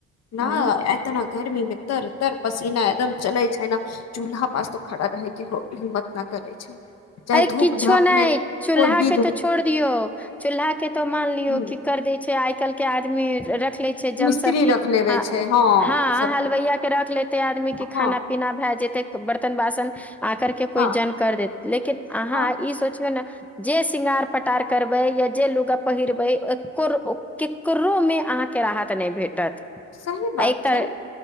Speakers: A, on the left (about 60°); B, in the centre.
A: न
B: हूँ
A: एत ने गर्मीमे तर तर पसीना एकदम चले छै चूल्हा पास त खड़ा रहके हो हिम्मत न करै छै चाहे
B: अ
A: धूप
B: किछो
A: धाप
B: नहि
A: मे
B: चूल्हा
A: कोइ विध
B: के तो छोड़ दियो चूल्हा के तो मान लियो
A: ह
B: की कर दै छै आइ कल के आदमी रख ले छै जन
A: मिस्त्री
B: सबके
A: रख लेबे
B: हँ
A: छै सबके
B: हलवइय के रख लेते आदमी के खाना
A: हँ
B: पीना भए जेते बर्तन बासन आ करके कोइ
A: हँ
B: जन कर दे लेकिन अहाँ
A: हँ
B: ई सोच ने जे शृंगार पटार करबे या जे लुगा पहिरबे केकरो में अहाँ के राहत नहि भेटत
A: सही बात
B: आ तर
A: छै